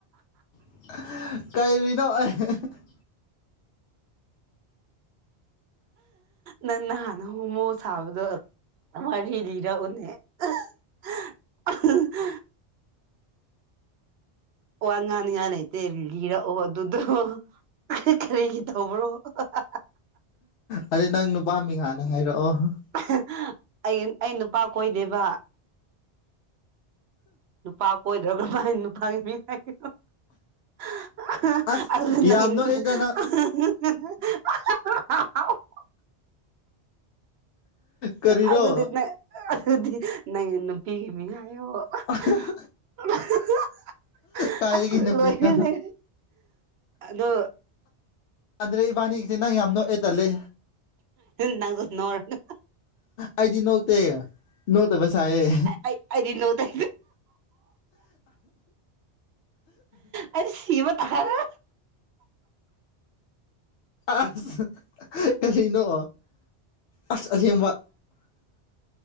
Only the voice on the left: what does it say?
<unintelligible> ꯀꯩꯔꯤꯅꯣ <unintelligible>
ꯑꯗꯣ ꯅꯪ ꯅꯨꯄꯥ ꯃꯤꯡ ꯍꯥꯅꯥ ꯍꯥꯏꯔꯛꯑꯣ
ꯑꯁ ꯌꯥꯝ ꯅꯣꯛꯑꯦꯗ ꯅꯪ
ꯀꯔꯤꯔꯣ
<unintelligible>
ꯀꯥꯏꯗꯒꯤ
ꯅꯨꯄꯤꯅꯣ
ꯌꯥꯗ꯭ꯔꯦ ꯏꯕꯥꯅꯤꯒꯤꯁꯦ ꯅꯪ ꯌꯥꯝ ꯅꯣꯛꯑꯦ ꯇꯜꯂꯦ꯫
ꯑꯩꯗꯤ ꯅꯣꯛꯇꯦ ꯅꯣꯛꯇꯕ ꯁꯥꯏꯌꯦ꯫
ꯑꯁ ꯀꯔꯤꯅꯣ ꯑꯁ ꯑꯁꯦꯡꯕ꯫